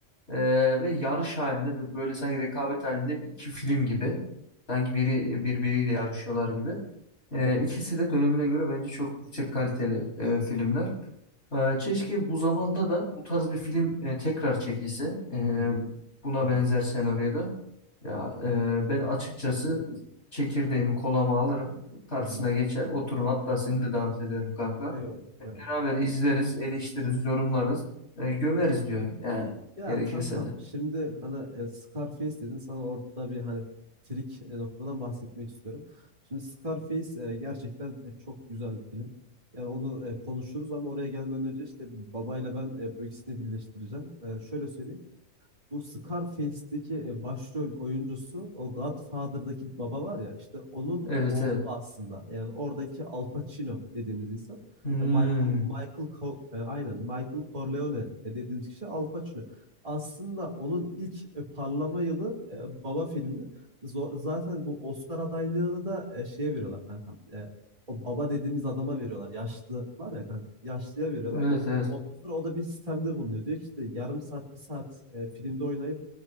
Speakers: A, on the left; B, on the right.
A: ee, ve yarış halinde bir- böyle sanki rekabet halinde bir iki film gibi. Sanki biri birbiriyle yarışıyorlar gibi. Ee, ikisi de dönemine göre bence çok yüksek kaliteli e, filmler. Ee, keşke bu zamanda da bu tarz bir film e, tekrar çekilse. e,
B: Hı hı.
A: buna
B: Doğru.
A: benzer senaryoda. da. Ya e, ben açıkçası çekirdeğimi kolama alırım. Karşısına
B: Hı hı.
A: geçer oturum hatta seni de davet ederim kanka.
B: Eyvallah, eyvallah.
A: Beraber izleriz, eleştiririz, yorumlarız, e, gömeriz diyorum yani
B: Ya
A: gerekirse
B: kankam
A: de.
B: şimdi hani e, Scarface dedin sana orada da bir hani trik e, noktadan bahsetmek istiyorum. Şimdi Scarface e, gerçekten e, çok güzel bir film. Yani onu e, konuşuruz ama oraya gelmeden önce işte babayla ben e, bu ikisini birleştireceğim. E, şöyle söyleyeyim. Bu Scarface'deki e, başrol oyuncusu o Godfather'daki bir baba var ya işte onun
A: Evet
B: oğlu
A: evet.
B: aslında. Yani oradaki Al Pacino dediğimiz insan.
A: Hmm,
B: E, Michael Michael Co- e, aynen Michael Corleone e, dediğimiz kişi Al Pacino. Aslında onun ilk e, parlama yılı e, Baba filmi. Zo- zaten bu Oscar adaylığını da e, şeye veriyorlar kankam. E, o baba dediğimiz adama veriyorlar. Yaşlı var ya kanka. Yaşlıya veriyorlar.
A: evet evet.
B: Ondan sonra o da bir sistemde bulunuyor. Diyor ki işte yarım saat, bir saat e, filmde oynayıp